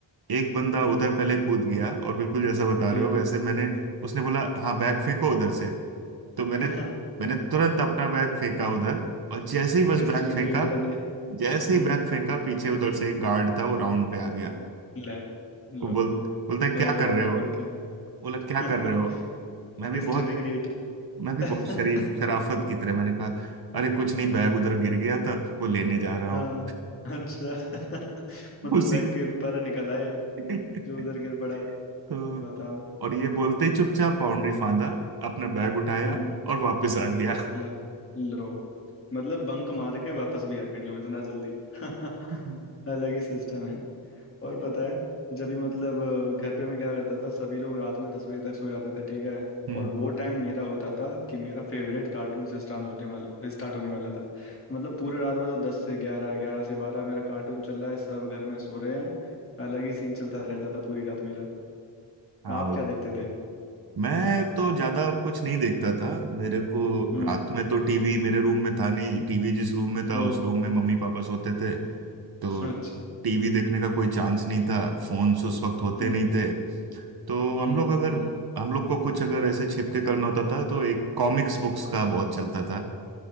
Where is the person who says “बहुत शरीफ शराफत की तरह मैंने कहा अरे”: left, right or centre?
Right